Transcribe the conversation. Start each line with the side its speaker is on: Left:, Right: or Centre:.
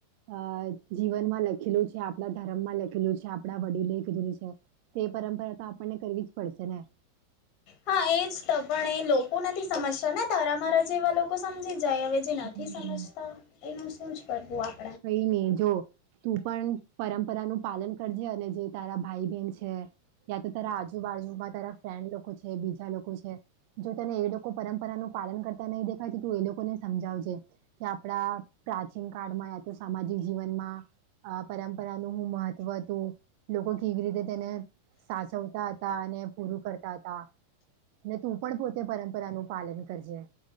Right: અ જીવનમાં લખેલું છે, આપણા ધર્મમાં લખેલું છે, આપણા વડીલે કીધેલું છે. તે પરંપરા તો આપણને કરવી જ પડશે ને.
Left: હા, એજ તો પણ એ લોકો નથી સમજતા ને, તારા મારા જેવા લોકો સમજી જાય હવે. જે નથી
Right: હમ
Left: સમજતા, એનું શું જ કરવું આપ?
Right: કઈ નહી જો. તું પણ પરંપરા નું પાલન કરજે, અને જે તારા ભાઈ બહેન છે. ત્યાં તો તારા આજુબાજુમાં તારા ફ્રેન્ડ લોકો છે, બીજા લોકો છે. જો તને એ લોકો પરંપરાનું પાલન કરતા નહીં દેખાય, તો એ લોકોને સમજાવજે. કે આપણા પ્રાચીન કાળમાં, યા તો સામાજિક જીવનમાં આ પરંપરાનું હું મહત્વ હતું, લોકો કેવી રીતે તેને સાચવતા હતા, અને પૂરું કરત રતા હતા ને, તું પણ પોતે પરંપરાનું પાલન કરજે.